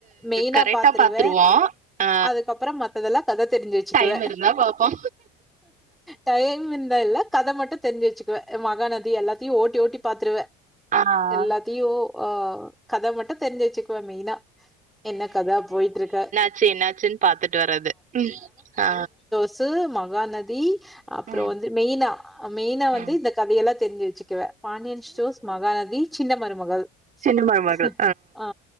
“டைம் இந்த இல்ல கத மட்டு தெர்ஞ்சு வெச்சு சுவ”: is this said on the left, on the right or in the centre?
Centre